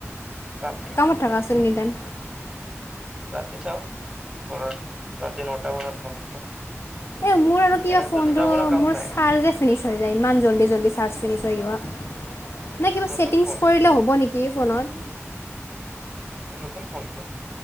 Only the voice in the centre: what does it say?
ৰাতি
ৰাতি চাওক ঘৰত, ৰাতি নটা বজাত ঘৰত যাওঁ।
এনেতো
দুটাৰ পৰা কাম
নাই
নতুন
ফোন
এই নতন ফোনটো।